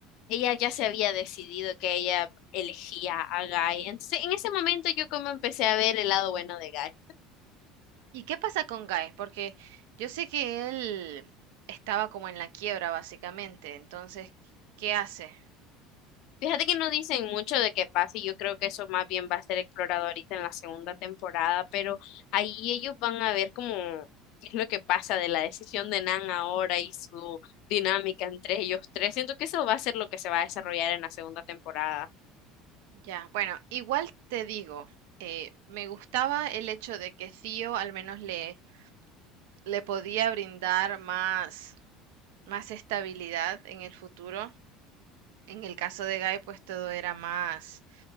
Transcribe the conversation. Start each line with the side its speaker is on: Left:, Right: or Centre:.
Left: ella ya se había decidido que ella elegía a Guy, entonces en ese momento yo como empecé a ver el lado bueno de Guy.
Right: ¿Y qué pasa con Guy? Porque yo sé que él estaba como en la quiebra, básicamente. Entonces, ¿qué hace?
Left: Fíjate que no dicen mucho de qué pasa y yo creo que eso más bien va a ser explorado ahorita en la segunda temporada, pero ahí ellos van a ver como qué es lo que pasa de la decisión de Nan ahora y su dinámica entre ellos tres. Siento que eso va a ser lo que se va a desarrollar en la segunda temporada.
Right: Ya, bueno, igual te digo, eh, me gustaba el hecho de que Theo al menos le, le podía brindar más, más estabilidad en el futuro. En el caso de Guy, pues todo era más,